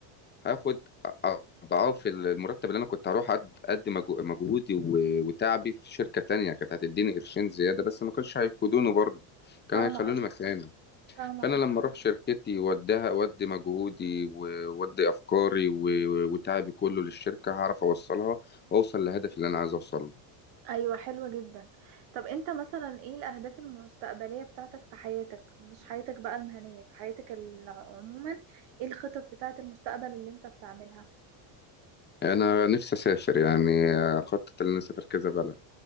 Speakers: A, on the left; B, on the right.
A: هاخد اضعاف المرتب اللي انا كنت هروح أد- ادي مجهو- مجهودي و- وتعبي في شركة تانية كانت هتديني قرشين زيادة بس ما كانش هيفيدوني برضه كانوا
B: فاهمة
A: هيخلوني
B: قصدي
A: مكاني
B: فاهمة
A: فانا
B: قصدي
A: لما اروح شركتي واديها اودي مجهودي وودي افكاري و- وتعبي كله للشركه هعرف اوصلها واوصل لهدفي اللي انا عايز اوصله
B: ايوه حلوة جدا طب انت مثلا ايه الاهداف المستقبلية بتاعتك في حياتك مش حياتك بقى المهنية في حياتك ال- عموما ايه الخطط بتاعت المستقبل اللي انت بتعملها
A: انا نفسي اسافر يعني خطط ان انا اسافر كذا بلد